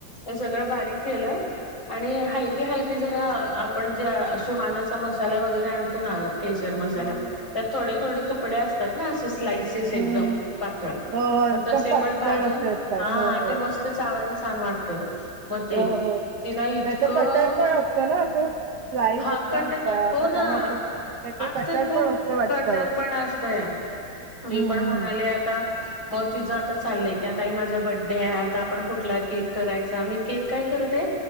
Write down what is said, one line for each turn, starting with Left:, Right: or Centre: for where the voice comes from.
Left: हे सगळं बारीक केलं
Right: ह
Left: आणि हलके -हलके जरा, आपण जे सुहानाचा मसाला वगैरे आणतो ना. केसर मसाला
Right: हं
Left: त्यात थोडे थोडे तुकडे असतात ना, असे स्लाईसेस एकदम
Right: हं
Left: पातळ
Right: हो हो एकदम
Left: मग तसे
Right: पातळ
Left: पण भाजून,
Right: असे असतात
Left: हा
Right: हो हो
Left: ते मस्त चावायला छान वाटतय. मग ते
Right: हो हो
Left: तिला इतकं
Right: त्याच कटर पण असत ना असं, स्लाईस
Left: हा
Right: एकदम
Left: कट हो
Right: बदामाच
Left: ना
Right: वगैरे त्याच
Left: असतय
Right: कटर
Left: खूप
Right: पण असतं वाटतं.
Left: कटर पण असतया मी
Right: हं
Left: पण म्हणाले
Right: हं
Left: आता मग तिझं आता चाललंय की, आता आई माझा बड्डे आहे आता आपण कुठला केक करायचा? मी केक काय करते.